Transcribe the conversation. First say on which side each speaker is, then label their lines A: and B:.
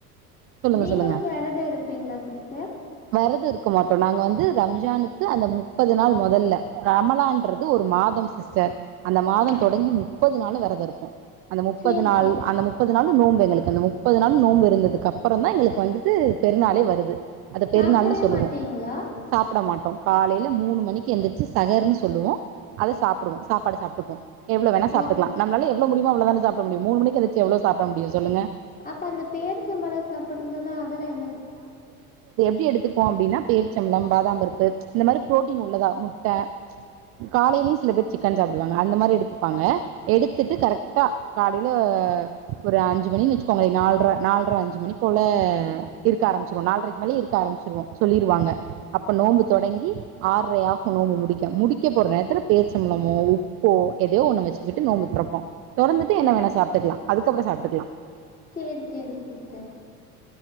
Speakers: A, on the right; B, on the left.
A: சொல்லுங்க
B: நீங்களு
A: சொல்லுங்க
B: வெரதம் இருப்பீங்களா சிஸ்டர்
A: வெரதம் இருக்க மாட்டோ நாங்க வந்து ரம்ஜானுக்கு அந்த முப்பது நாள் மொதல்ல ரமலான்றது ஒரு மாதம் சிஸ்டர் அந்த மாதம்
B: ஆ
A: தொடங்கி மு முப்பது நாளு வெரதம் இருப்போ அந்த முப் முப்பது
B: சரி
A: நாள்
B: சரி
A: அந்த முப்பது நாள் நோன்பு எங்களுக்கு அந்த முப்பது நாள் நோன்பு இருந்ததுக்கு அப்புற தா எங்களுக்கு வந்துட்டு பெரிநாளே வருது அத
B: சாப்பிடவே
A: பெருநாள்ன்னனு சொல்லுவோ
B: மாட்டீங்களா
A: சாப்ட மாட்டோ காலையில மூணு மணிக்கு எந்திருச்சு சகர்ன்னு சொல்லுவோ அத சாப்பிடுவோ சாப்பாட சாப்ட்டுக்குவோ எவ்ள வேனா சாப்ட்டுக்லா
B: ஓ
A: நமால எவ்ள முடியு இவ அவ்ள வந்து சாப் ப்ட முடியு மூணு மணிக்கு எந்திச்ச எவ்ளவு சாப்பிட முடியு சொல்லுங்க
B: அப்ப அந்த பேர்ச்சம்பள சாப்பிடுறதுெல்லா அதெல்லா என்னச்
A: எப்டி எடுத்துப்போ அப்டின்னா பேரீச்சம்பழம் பாதாம்பருப்பு இந்த மாரி ப்ரோட்டீன் உள்ளதா முட்ட காலையிலே சில பேர் சிக்கன் சாப்டுவாங்க அந்த மாரி எடுத்துப்பாங்க எடுத்துட்டு கரெக்டா காலைல ஒரு அஞ்சு மணின் வச்சுக்கோங்களே நால்ர நால்ர அஞ்சு மணி போல இருக்க ஆரம்ச்சிருவோ நால்ரைக்கு மேல இருக்க ஆரம்ச்சிருவோ சொல்லிருவாங்க அப்போ நோம்பு தொடங்கி ஆற்ரை ஆகு நோம்பு முடிக்க முடிக்க போற நேரத்துல பேர்ச்சம்பழமோ உப்போ எதையோ ஒன்ன வச்சுக்கிட்டு நோம்பு தொறப்போ தொறந்துட் என்ன
B: அப்-
A: வேணா சாப்ட்டுக்லா அதுக்கப்புற சாப்ட்டுக்கலா
B: சேரி சேரி சிஸ்டர்